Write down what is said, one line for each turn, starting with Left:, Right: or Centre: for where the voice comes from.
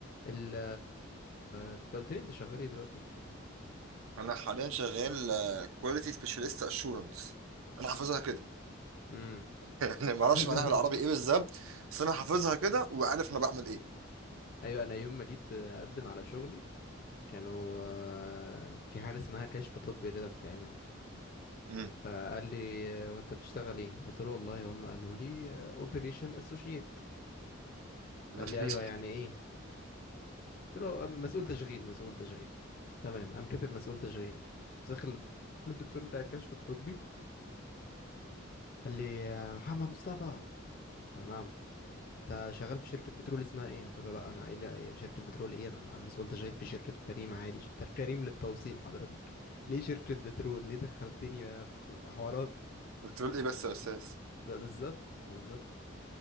Left: ال انت قلت لي انت شغال ايه دلوقتي
Right: انا حاليا شغال كواليتي سبيشالست اشورنس انا حافظها كده
Left: امم
Right: <laughs> يعني ما اعرفش
Left: بس
Right: معناها
Left: <laughs>
Right: بالعربي ايه بالظبط بس انا حافظها كده وعارف انا بعمل ايه
Left: ايوه انا يوم ما جيت اقدم على شغلي كانوا آه، في حاجه اسمها كشف طبي كده بتتعمل
Right: امم
Left: فقال لي آه، وانت بتشتغل ايه قلت له والله هم قالوا لي اوبريشن اسوشيت
Right: <laughs>
Left: قال لي ايوه يعني ايه قلت له "أم- مسؤول تشغيل مسؤول تشغيل تمام قام كاتب مسؤول تشغيل مسخر للدكتور بتاع الكشف الطبي قال لي آه، محمد مصطفى قلت له نعم انت شغال في شركة بترول اسمها ايه؟ قلت له لا انا ايه لا، شركة بترول ايه انا انا مسؤول تشغيل في شركة كريم عادي شركة كريم للتوصيل حضرتك ليه شركة بترول ليه دخلتني بقى في حوارات
Right: بتقول ايه بس يا استاذ
Left: بقى بالظبط بالظبط